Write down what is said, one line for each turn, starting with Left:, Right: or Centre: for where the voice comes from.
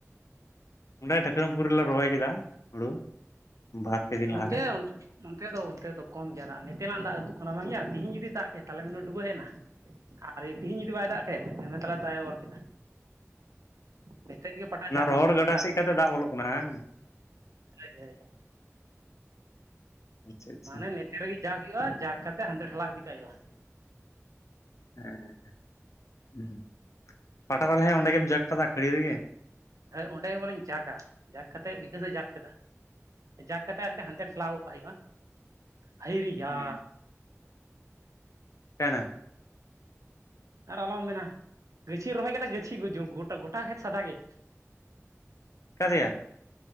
Left: ᱚᱸᱰᱮ ᱴᱷᱟᱹᱠᱨᱟᱢᱯᱩᱨ ᱨᱮᱞᱮ ᱨᱚᱦᱚᱭ ᱠᱮᱫᱟ ᱦᱩᱲᱩ ᱵᱟᱨ ᱯᱮ ᱫᱤᱱ ᱞᱟᱦᱟᱨᱮ
Right: ᱚᱱᱛᱮ ᱚᱱᱛᱮ ᱫᱚ ᱚᱱᱛᱮ ᱫᱚ ᱠᱚᱢ ᱜᱮᱭᱟ ᱫᱟᱜ ᱱᱮᱛᱮᱱᱟᱜ ᱫᱟᱜ ᱟᱹᱛᱩ ᱠᱟᱱᱟ ᱵᱟᱝ ᱜᱮᱭᱟ ᱛᱤᱦᱤᱧ ᱡᱩᱫᱤ ᱫᱟᱜ ᱠᱮ ᱛᱟᱦᱮᱱᱟᱹ ᱰᱩᱵᱟᱹ ᱦᱮᱡᱱᱟ᱾ ᱟᱨ ᱛᱮᱦᱤᱧ ᱡᱩᱫᱤ ᱵᱟᱭ ᱫᱟᱜ ᱠᱮᱫ ᱢᱮᱱ ᱢᱮ ᱛᱟᱦᱚᱞᱮ ᱫᱟᱜ ᱮ ᱚᱨ ᱠᱮᱫᱟ ᱱᱤᱛ ᱨᱮᱜᱮ ᱯᱟᱴᱟ
Left: ᱚᱱᱟ
Right: ᱡᱟ ᱦᱩᱭᱩᱜᱼᱟ
Left: ᱨᱚᱦᱚᱲ ᱜᱟᱰᱟ
Right: ᱡᱟ
Left: ᱥᱮᱫ ᱠᱟᱛᱮ ᱫᱟᱜ ᱵᱚᱞᱚᱜ ᱠᱟᱱᱟ ᱦᱟᱸ
Right: ᱦᱳᱭ ᱦᱳᱭ
Left: ᱟᱪᱪᱷᱟ ᱟᱪᱪᱷᱟ
Right: ᱢᱟᱱᱮ ᱱᱮᱛᱟᱨ ᱨᱮᱜᱮ ᱡᱟᱠ ᱦᱩᱭᱩᱜᱼᱟ ᱡᱟᱠ ᱠᱟᱛᱮ ᱦᱟᱱᱛᱮ ᱴᱷᱮᱞᱟᱣ ᱤᱫᱤ ᱠᱟᱜ ᱦᱩᱭᱩᱜᱼᱟ᱾
Left: ᱦᱮᱸ ᱦᱩᱸ ᱯᱟᱴᱟ ᱛᱟᱞᱮ ᱦᱮ ᱚᱸᱰᱮ ᱜᱮᱢ ᱡᱟᱠ ᱠᱟᱫᱟ ᱠᱷᱟᱹᱲᱤ ᱨᱮᱜᱮ
Right: ᱦᱮᱸ ᱚᱸᱰᱮ ᱜᱮ ᱵᱚᱞᱮᱧ ᱡᱟᱠ ᱟ ᱡᱟᱠ ᱠᱟᱛᱮᱮᱫ ᱵᱤᱠᱟᱹᱥᱮ ᱡᱟᱠ ᱠᱮᱫᱟ᱾ ᱡᱟᱠ ᱠᱟᱛᱮᱫ ᱟᱨᱠᱤ ᱦᱟᱱᱛᱮ ᱴᱷᱮᱞᱟᱣ ᱜᱚᱫ ᱠᱟᱜ ᱦᱩᱭᱩᱜᱼᱟ ᱦᱟᱭᱨᱤᱭᱟ᱾
Left: ᱦᱮᱸ ᱠᱟᱭᱱᱟ
Right: ᱟᱨ ᱟᱞᱚᱢ ᱢᱮᱱᱟ ᱜᱟᱹᱪᱷᱤ ᱨᱚᱦᱚᱭ ᱠᱮᱫᱟ ᱜᱟᱹᱪᱷᱤ ᱜᱩᱡᱩᱜ ᱜᱚᱴᱟ ᱜᱚᱴᱟ ᱠᱷᱮᱛ ᱥᱟᱫᱟ ᱜᱮ
Left: ᱠᱟᱨᱮᱭᱟ